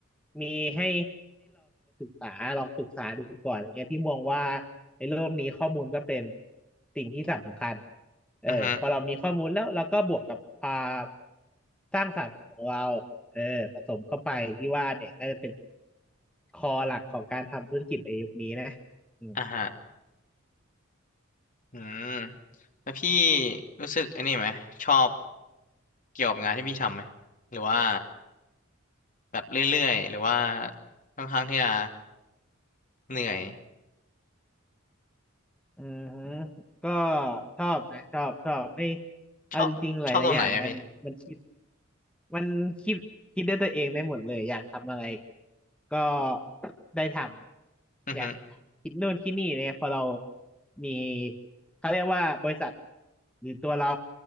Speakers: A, in the centre; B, on the left.
A: มีให้ ษาลองปรึกษาดูก่อนอย่างเงี้ยพี่มองว่าในโลกนี้ข้อมูลก็เป็นสิ่งที่สำคัญเออพอเรามีข้อมูลแล้วเราก็บวกกับความ
B: อือฮึ
A: สร้างสรรค์ของเราเออผสมเข้าไปพี่ว่าเนี่ยน่าจะเป็นคอหลักของการทำธุรกิจในยุคนี้นะอืม
B: อ่ะฮะอืมแล้วพี่รู้สึกอันนี้ไหมชอบเกี่ยวกับงานที่พี่ทำไหมหรือว่าแบบเรื่อยๆหรือว่าค่อนข้างที่จะ เหนื่อย
A: อือฮึก็ก็ชอบนะชอบชอบไม่เอาจริงๆหลายๆอย่างมันมันคิด
B: ชอบชอบตรงไหนอะพี่
A: มันคิดคิดด้วยตัวเองได้หมดเลยอยากทำอะไรก็ได้ทำอยาก
B: อือฮึ
A: คิดนู่นคิดนี่เนี่ยพอเรามีเขาเรียกว่าบริษัทหรือตัวเรา